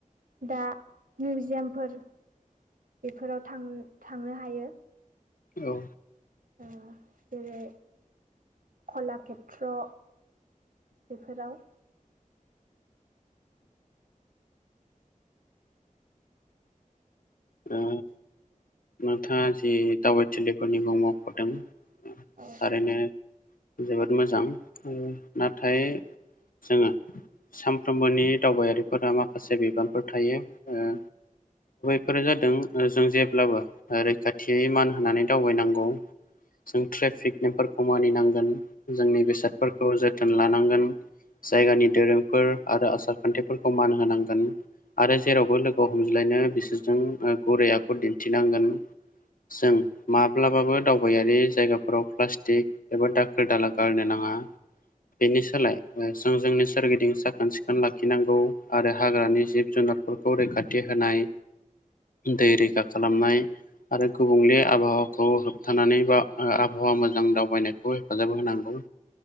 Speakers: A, on the right (about 75°); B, on the left (about 80°).
A: दा मिउजियामफोर बेफोराव थां थांनो हायो।
B: औ।
A: ओ जेरै कलाखेत्र बेफोराव
B: ओ नोंथाङा जि दावबाय थिलिफोरनि मुं मख'दों थारैनो
A: औ
B: जोबोद मोजां ओ नाथाय जोङो सानफ्रोमबोनि दावबायारिफोरा माखासे बिबानफोर थायो ओ बेफोरो जादों ओ जों जेब्लाबो ओ रैखाथियै मान होनानै दावबायनांगौ। जों ट्रेफिक नेमफोरखौ मानिनांगोन जोंनि बेसादफोरखौ जोथोन लानांगोन। जायगानि दोरोंफोर आरो आसारखान्थिफोरखौ मान होनांगोन आरो जेरावबो लोगो हमज्लायनो बिसोरजों ओ गुरै आखु दिन्थिनांगोन। जों माब्लाबाबो दावबायारि जायगाफोराव प्लास्टिक एबा दाखोर दाला गारनो नाङा। बेनि सोलाय ओ जों जोंनि सोरगिदिं साखोन सिखोन लाखिनांगौ आरो हाग्रानि जिब जुनारफोर खौ रैखाथि होनाय दै रैखा खालामनाय आरो गुबुंले आबहावाखौ होबथानानै बा ओ आबहावा मोजां दावबायनाय बुल खालामहोनांगौ